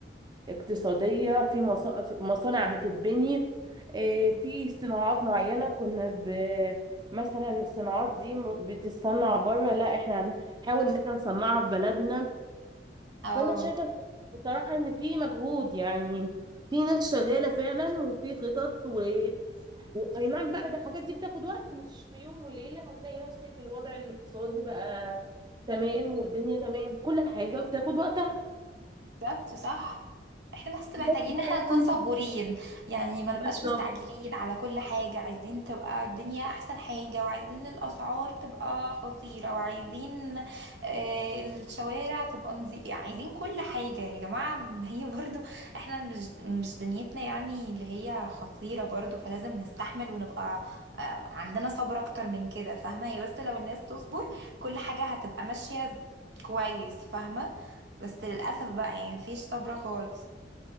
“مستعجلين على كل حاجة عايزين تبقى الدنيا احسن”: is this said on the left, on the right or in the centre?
Right